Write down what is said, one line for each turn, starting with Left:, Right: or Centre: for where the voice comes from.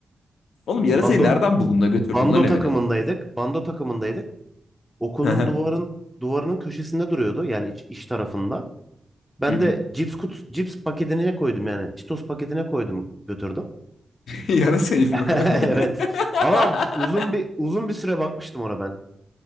Left: Oğlum yarasayı
Centre: Bando
Left: nereden buldun da götürdün
Centre: bando
Left: lan evine?
Centre: takımındaydık. Bando takımındaydık. Okulun
Left: <laughs> Hı hı.
Centre: duvarın duvarının köşesinde duruyordu yani iç, iç tarafında. Ben
Left: Hı hı.
Centre: de cips kut cips paketine koydum yani Cheetos paketine koydum götürdüm.
Left: <laughs> Yarasayı
Centre: <laughs>
Left: mı?
Centre: Evet.
Left: <laughs>
Centre: Ama uzun bir uzun bir süre bakmıştım ona